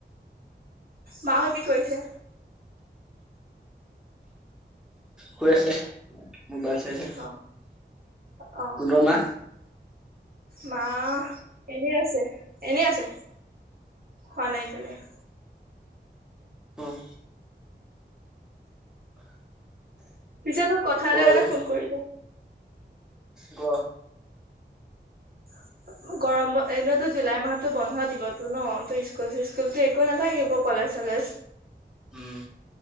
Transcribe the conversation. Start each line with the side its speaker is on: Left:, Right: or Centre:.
Right: মা হতঁ কি কৰিছে।
Centre: শুই আছে মোৰ বাট চাইছে
Right: অহ, অহ,
Centre: পোনৰমাহ <unintelligible>
Right: মা এনেই আছে এনেই আছে খোৱা নাই এতিয়ালে <unintelligible>
Centre: অহঁ
Right: পিছে তোক কথা
Centre: ক
Right: এটাৰ
Centre: আৰু
Right: কাৰণে ফোন কৰিলো
Centre: ক
Right: <inaudible> গৰম ব এনেয়োটো জুলাই মাহতো বন্ধ দিবতো ন ত স্কুল স্কুলতো একো নাথাকিব কলেজ চলেজ <unintelligible> চলেজ
Centre: উম!